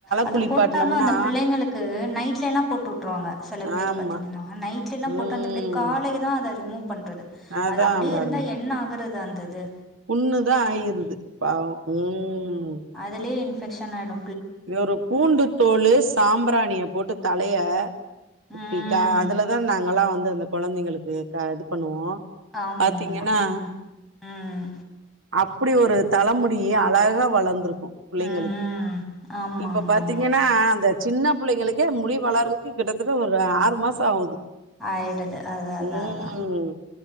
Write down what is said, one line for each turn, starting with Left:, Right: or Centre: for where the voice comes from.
Centre: அத
Right: குளிப்பாட்னம்னா
Centre: போட்டாதா அந்த பிள்ளைங்களுக்கு நைட் டெல்லா போட்டு விட் விட்ருவாங்க சில பேர்
Right: ஆமா
Centre: பாத்தீங்கன்னா நைட் சின்னா
Right: ம்
Centre: போட்டு அந்த பிள்ளைக்கு காலே தா த ரிமூவ் பண்றது
Right: அதா
Centre: அது அப்டியே
Right: பாருங்க
Centre: இருந்தா என்ன ஆகுறது தா அந்தது
Right: புண்ணுதா ஆயிருது பாவோ உ
Centre: அதுலே இன்ஃபெக்ஷன் ஆய்டு
Right: ஒரு பூண்டு தோலு சாம்பிராணிய போட்டு தலய இப்டிக்கா
Centre: ம்
Right: அதுலதா நாங்கல்லா வந்து அந்த கொழந்தைங்களுக்கு க இது பண்ணுவோ
Centre: ஆமாமா
Right: பாத்தீங்கனா
Centre: ம் ம்
Right: அப்டி ஒரு தலமுடி அழகா வளந்துருக்கு கு புள்ளேங்களுக்கு
Centre: ம் ஆமாமாமா
Right: இப்ப பாத்தீங்கனா அந்த சின்ன புள்ளைங்களுக்கே முடி வளர்றதுக்கு கிட்டத்தட்ட ஒரு ஆறு மாச ஆவுது
Centre: ஆயிடுது அது அதா
Right: ம்
Centre: அதா